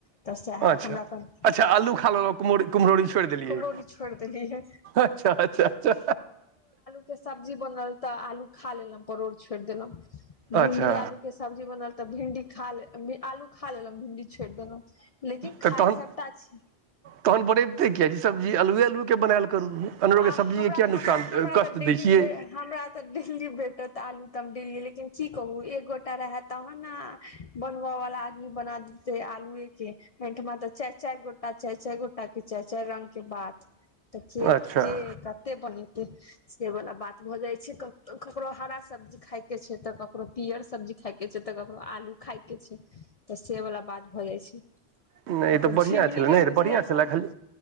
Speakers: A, on the left (about 55°); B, on the right (about 80°).
A: तऽ सएह
B: अच्छा
A: हमरा कह
B: अच्छा आलू खा कुमो कुम्हरोरी छोड़ि देलियै
A: कुम्हरौरी छोड़ि देलियै
B: अच्छा अच्छा
A: के सब्जी बनल तऽ आलू खा लेलहु परोड़ छोड़ि देलहूँ भिडी
B: अच्छा
A: आलू के सब्जी बनल तऽ भिडी खा आलू खा लेलहूँ भिडी छोड़ि देलहुँ लेकिन खाइ
B: तऽ तहन
A: सभटा छी।
B: तहन बनेबितै किएक ई सब्जी आलुए आलू केनायल करू अनेरोके
A: आ
B: सब्जीके
A: हमरा
B: किया नुकसान
A: हमरा
B: कष्ट
A: तऽ डेली
B: दै छियै
A: हमरा तऽ डेली भेटत आलू तऽ हम डेली लेकिन की कहू एक गोटा रहय तहन न बनव वाला आदमी बना दै आलू एक एहिठमा तऽ चारि चारि गोटा चारि चारि गोटा के चारि चारि रंग के बात तऽ
B: अच्छा
A: के कते बनते से वाला बात भऽ जाइ छै ककरो हरा सब्जी खाय के छै तऽ ककरो पियर सब्जी खायके। के छै तऽ ककरो आलू खाय के छै तऽ से वाला बात भऽ जाइ छै
B: नहि
A: तकरो
B: ई तऽ बढ़िआँ
A: झिमुनी
B: छलै
A: के
B: नहि
A: बुझिया
B: तऽ बढ़िआँ छलै
A: चाही
B: खाली